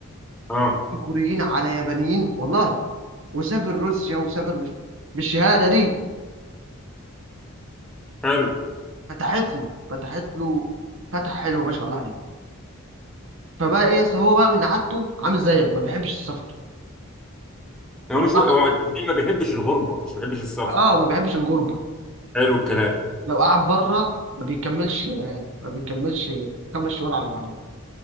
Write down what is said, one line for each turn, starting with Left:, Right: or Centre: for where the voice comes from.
Centre: اه
Right: في كوريين على يابانيين والله وسافر روسيا وسافر مش بالشهادة دي
Centre: حلو
Right: فتحت له فتحت له فتحة حلوة ما شاء الله عليه فبقى ايه يس هو بقى من عادته عامل زيك ما بيحبش السفر
Centre: هو
Right: ولو
Centre: مش
Right: قعد
Centre: هو الدنيا ما بيحبش الغربه مش بيحبش السفر
Right: اه ما بيحبش الغربة
Centre: حلو الكلام
Right: لو قعد بره ما بيكملش آه، ما بيكملش خمس شهور على بعضهم